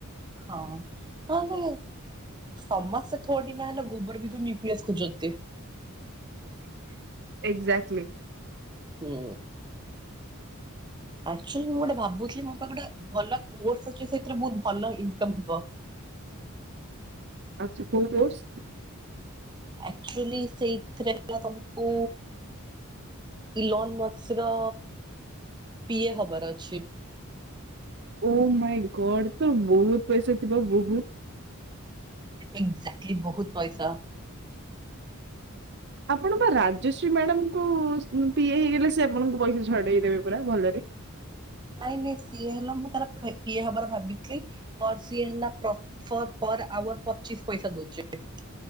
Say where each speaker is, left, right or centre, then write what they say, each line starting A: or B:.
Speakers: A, on the right (about 20°); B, on the right (about 50°).
A: ହଁ ହ ସମସ୍ତେ ଥୋଡି ନା ହେଲା ଗୋବର ଭିତରୁ ନ୍ୟୁକ୍ଲିଅସ ଖୋଜନ୍ତି।
B: ଏକ୍ଜାକ୍ଟ୍ଲି।
A: ହୁଁ। ଆକଚୁଲି ମୁଁ ଗୋଟେ ଭାବୁଥିଲି ମୋ ପାଇଁ ଗୋଟେ ଭଲ କୋର୍ସ ଅଛି ସେଥିରେ ବହୁତ ଭଲ ଇନକମ ହବ।
B: ଆଛା କୋଉ କୋର୍ସ?
A: ଆକ୍ଚୁଆଲି ସେଇଥିରେ ହେଲା ତମକୁ ଇଲ ସର ପିଏ ହବାର ଅଛି।
B: ଓ ମାଇ ଗଡ ତ ବହୁତ ପଇସା ଥିବ ବହୁତ
A: ଏକ୍ଜାକ୍ଟଲି ବହୁତ ପଇସା।
B: ଆପଣ ବା ରାଜଶ୍ରୀ ମ୍ୟାଡ଼ାମକୁ ପିଏ ହେଇଗଲେ ସେ ଆପଣଙ୍କୁ ପଇସା ଛଡେଇ ଦେବେ ପୁରା ଭଲରେ
A: ନାଇଁ ନାଇଁ ସିଏ ହେଲା ମୁଁ ତାର ପିଏ ହବାର ଭାବିଥିଲି ସିଏ ନା ପର ଆୱାର ପଚିଶ ପଇସା ଦଉଛି ଏବେ।